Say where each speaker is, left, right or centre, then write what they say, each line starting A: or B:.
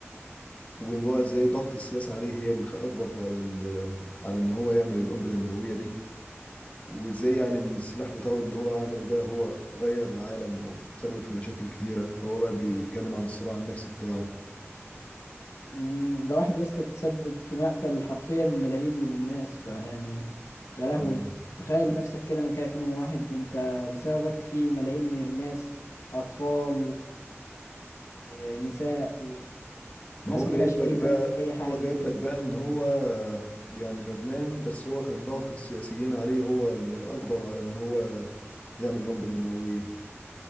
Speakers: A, on the left; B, on the left.
A: وان هو ازاي ضغط السياسه عليه هي اللي اجبرته على ال- على ان هو يعمل القنبله النوويه دي وازاي يعني ان السلاح بتاعه اللي هو عمله ده هو غير العالم وسبب في مشاكل كتيره فهو بقى بيتكلم عن الصراع النفسي بتاعه
B: مم، ده واحد يا اسطى تسبب في مقتل حرفيا ملايين من الناس فيعني يا لهوي
A: آه.
B: تخيل نفسك كده مكان واحد انت بسببك في ملايين من الناس اطفال ونساء
A: ما
B: وناس
A: هو
B: ملهاش
A: جايب لك
B: اي
A: بقى
B: ذنب في اي حاجة
A: هو جايب لك بقى ان هو يعني ندمان بس هو كان ضغط السياسيين عليه هو اللي اجبره على ان هو يعمل القنبله النوويه